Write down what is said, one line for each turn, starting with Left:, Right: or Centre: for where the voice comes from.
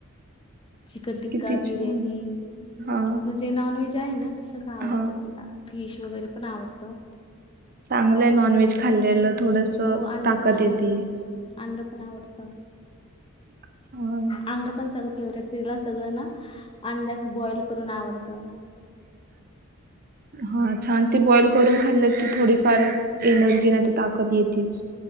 Left: चिकन टिक्का
Right: किती
Left: बिर्याणी
Right: छान हा
Left: म्हणजे नॉनव्हेज आहे ना ते सगळं आवडतं
Right: हा
Left: तला फीश वगैर पण नावडतो
Right: चांगलंय नॉन व्हेज खाल्लेलं थोडस
Left: हो अंड
Right: ताकत
Left: पण आवडतं.
Right: येते
Left: अंड पण आवडत
Right: ह
Left: अंडा पण सगळं फेवरेट तिला सगळंना अंड्यास बॉइल करून आवडतं
Right: <unintelligible> हा छान ते बॉइल करून खाल्लं की थोडीफार एनर्जी नाही ते ताकद येेतेच